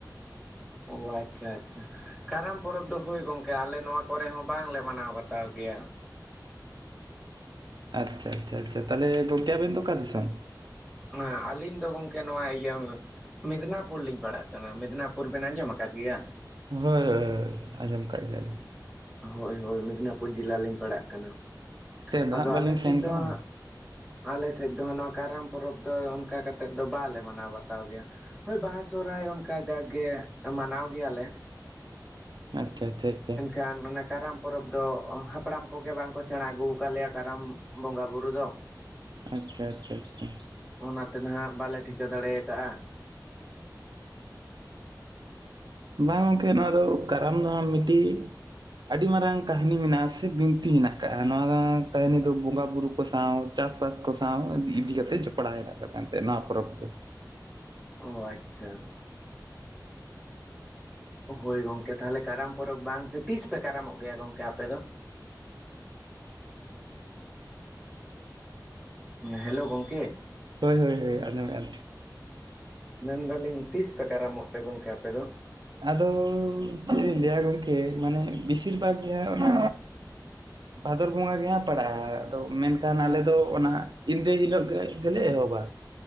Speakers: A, in the centre; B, on the right.
A: ᱚ ᱟᱪᱪᱷᱟ ᱟᱪᱪᱷᱟ ᱠᱟᱨᱟᱢ ᱯᱚᱨᱚᱵᱽ ᱫᱚ ᱦᱳᱭ ᱜᱚᱝᱠᱮ ᱟᱞᱮ ᱱᱚᱣᱟ ᱠᱚᱨᱮ ᱦᱚᱸ ᱵᱟᱝᱞᱮ ᱢᱟᱱᱟᱣ ᱵᱟᱛᱟᱣ ᱜᱮᱭᱟ
B: ᱟᱪᱪᱷᱟ ᱟᱪᱪᱷᱟ ᱟᱪᱪᱷᱟ ᱛᱟᱦᱚᱞᱮ ᱜᱚᱢᱠᱮ ᱟᱵᱮᱱ ᱫᱚ ᱚᱠᱟ ᱫᱤᱥᱚᱢ
A: ᱦᱮᱸ ᱟᱹᱞᱤᱧ ᱫᱚ ᱜᱚᱢᱠᱮ ᱱᱚᱣᱟ ᱤᱭᱟᱹ ᱢᱮᱫᱽᱱᱟᱯᱩᱨ ᱞᱤᱧ ᱯᱟᱲᱟᱜ ᱠᱟᱱᱟ ᱢᱮᱫᱽᱱᱟᱯᱩᱨ ᱵᱮᱱ ᱟᱸᱡᱚᱢ ᱟᱠᱟᱫ ᱜᱮᱭᱟ
B: ᱦᱳᱭ ᱦᱳᱭ ᱦᱳᱭ ᱟᱸᱡᱚᱢ ᱠᱟᱜ ᱜᱮᱭᱟᱞᱤᱧ
A: ᱦᱳᱭ ᱦᱳᱭ ᱢᱮᱫᱽᱱᱟᱯᱩᱨ ᱡᱮᱞᱟ ᱞᱤᱧ ᱯᱟᱲᱟᱜ ᱠᱟᱱᱟ
B: ᱥᱮᱱ ᱫᱚ
A: ᱟᱫᱚ
B: ᱦᱟᱸᱜ ᱵᱟᱹᱞᱤᱧ
A: ᱟᱞᱮ ᱥᱮᱫ
B: ᱥᱮᱱ
A: ᱫᱚ
B: ᱠᱟᱱᱟ
A: ᱦᱟᱸᱜ ᱟᱞᱮ ᱥᱮᱫ ᱫᱚ ᱱᱚᱣᱟ ᱠᱟᱨᱟᱢ ᱯᱚᱨᱚᱵᱽ ᱫᱚ ᱚᱱᱠᱟ ᱠᱟᱛᱮᱫ ᱫᱚ ᱵᱟᱞᱮ ᱢᱟᱱᱟᱣ ᱵᱟᱛᱟᱣ ᱜᱮᱭᱟ ᱦᱳᱭ ᱵᱟᱦᱟ ᱥᱚᱦᱨᱟᱭ ᱚᱱᱠᱟ ᱡᱟᱜᱠᱮ ᱢᱟᱱᱟᱣ ᱜᱮᱭᱟᱞᱮ
B: ᱟᱪᱪᱷᱟ ᱟᱪᱪᱷᱟ ᱟᱪᱪᱷᱟ
A: ᱠᱷᱟᱱ ᱚᱱᱟ ᱠᱟᱨᱟᱢ ᱯᱚᱨᱚᱵᱽ ᱫᱚ ᱦᱟᱯᱲᱟᱢ ᱠᱚᱜᱮ ᱵᱟᱝ ᱠᱚ ᱥᱮᱬᱟ ᱟᱹᱜᱩ ᱟᱠᱟᱫ ᱞᱮᱭᱟ ᱠᱟᱨᱟᱢ ᱵᱚᱸᱜᱟ ᱵᱩᱨᱩ ᱫᱚ
B: ᱟᱪᱪᱷᱟ ᱟᱪᱪᱷᱟ ᱟᱪᱪᱷᱟ
A: ᱚᱱᱟ ᱛᱮ ᱱᱟᱦᱟᱜ ᱵᱟᱞᱮ ᱴᱷᱤᱠᱟᱹ ᱫᱟᱲᱮ ᱠᱟᱜᱼᱟ
B: ᱵᱟᱝ ᱜᱚᱢᱠᱮ ᱱᱚᱣᱟ ᱫᱚ ᱠᱟᱨᱟᱢ ᱫᱚ ᱢᱤᱫᱴᱤᱡ ᱟᱹᱰᱤ ᱢᱟᱨᱟᱝ ᱠᱟᱦᱱᱤ ᱢᱮᱱᱟᱜᱼᱟ ᱥᱮ ᱵᱤᱱᱛᱤ ᱦᱮᱱᱟᱜ ᱟᱠᱟᱜᱼᱟ ᱱᱚᱣᱟ ᱠᱟᱦᱱᱤ ᱫᱚ ᱵᱚᱸᱜᱟ ᱵᱩᱨᱩ ᱠᱚ ᱥᱟᱶ ᱪᱟᱥ ᱵᱟᱥ ᱠᱚ ᱥᱟᱶ ᱤᱫᱤ ᱠᱟᱛᱮᱫ ᱡᱚᱯᱲᱟᱣ ᱦᱮᱱᱟᱜ ᱠᱚ ᱛᱟᱦᱮᱸᱫ ᱱᱚᱣᱟ ᱯᱚᱨᱚᱵᱽ ᱫᱚ
A: ᱚ ᱟᱪᱪᱷᱟ ᱦᱳᱭ ᱜᱚᱝᱠᱮ ᱛᱟᱦᱚᱞᱮ ᱠᱟᱨᱟᱢ ᱯᱚᱨᱚᱵᱽ ᱵᱟᱝ ᱥᱮ ᱛᱤᱥ ᱯᱮ ᱠᱟᱨᱟᱢᱚᱜ ᱜᱮᱭᱟ ᱜᱚᱝᱠᱮ ᱟᱯᱮ ᱫᱚ ᱦᱮᱞᱳ ᱜᱚᱝᱠᱮ
B: ᱦᱳᱭ ᱦᱳᱭ ᱦᱳᱭ ᱟᱸᱡᱚᱢᱮᱜᱼᱟᱞᱤᱧ
A: ᱢᱮᱱᱫᱟᱞᱤᱧ ᱛᱤᱥ ᱯᱮ ᱠᱟᱨᱟᱢᱚᱜ ᱛᱮ ᱜᱚᱢᱠᱮ ᱟᱯᱮ ᱫᱚ
B: ᱟᱫᱚ ᱪᱮᱫ ᱤᱧ ᱞᱟᱹᱭᱟ ᱜᱚᱢᱠᱮ ᱢᱟᱱᱮ ᱵᱮᱥᱤᱨ ᱵᱷᱟᱜᱽ ᱜᱮᱭᱟ ᱚᱱᱟ ᱵᱷᱟᱫᱚᱨ ᱵᱚᱸᱜᱟ ᱜᱮ ᱦᱟᱸᱜ ᱯᱟᱲᱟᱜᱼᱟ ᱟᱫᱚ ᱢᱮᱱᱠᱷᱟᱱ ᱟᱞᱮ ᱫᱚ ᱚᱱᱟ ᱮᱹᱱᱫᱮ ᱦᱤᱞᱳᱜ ᱜᱮ ᱜᱮᱞᱮ ᱦᱵᱟ